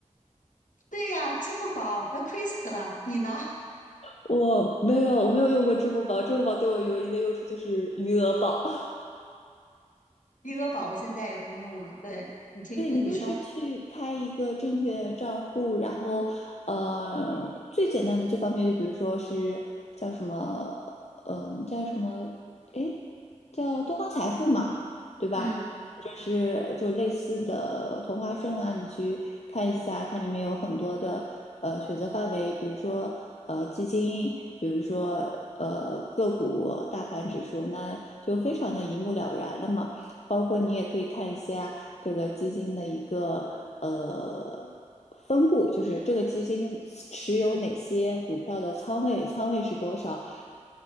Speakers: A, on the left; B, on the left.
A: 对呀，支付宝，那亏死了。你呢？
B: 我没有，我没有用过支付宝。支付宝对我唯一的用处就是余额宝。
A: 余额宝我现在也不用了。对，你听，
B: 对你就是去开一个证券账户，
A: 呃你说，
B: 然后呃，最简单的这方面就比如说是叫什么，嗯、叫什么，哎，叫东方财富嘛，对吧？
A: 嗯
B: 或者是就类似的同花顺啊，你去看一下，它里面有很多的呃选择范围，比如说呃基金，比如说呃个股、大盘指数，那就非常的一目了然了嘛。包括你也可以看一下这个基金的一个呃分布，就是这个基金持有哪些股票的仓位，仓位是多少，